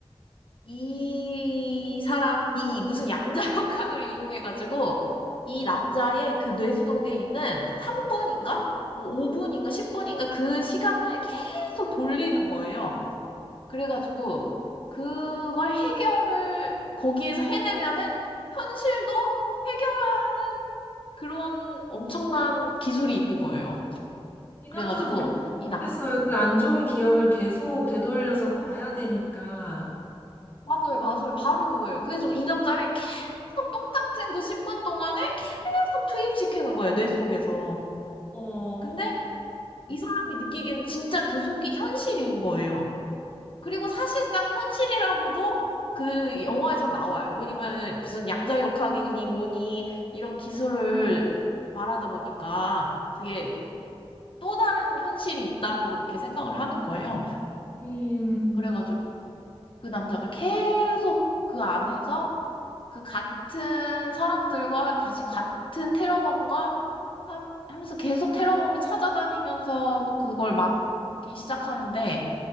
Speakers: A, on the left (about 55°); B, on the left (about 20°).
A: 이 사람, 이 무슨 양자 역학을 <laughs> 이용해가지고 이 남자의 그 뇌 속에 있는 3분인가? 뭐 5분인가? 10분인가? 그 시간을 계속 돌리는 거예요. 그래가지고 그걸 해결을 거기에서 해내면은 현실도 해결하는 그런 엄청난 기술이 있는 거예요.
B: 이 남자도
A: 그래가지고
B: 너무
A: 이 남,
B: 좋겠어요. 그 안 좋은 기억을 계속 되돌려서 봐야 되니까.
A: 맞아요, 맞아요. 바로 그거예요. 그래서 이 남자를 계속 똑같은 그 10분 동안에 계속 투입시키는 거예요, 뇌 속에서.
B: 어,
A: 근데 이 사람이 느끼기에는 진짜 그 속이 현실인 거예요. 그리고 사실상 현실이라고도 그 영화에서 나와요. 왜냐면 무슨 양자역학이니 뭐니 이런 기술을 말하다 보니까 그게 또 다른 현실이 있다고 이렇게 생각을 하는 거예요.
B: 음,
A: 그래가지고 그 남자가 계속 그 안에서 그 같은 사람들과 다시 같은 테러범과 함- 하면서 계속 테러범을 찾아다니면서 그걸 막기 시작하는데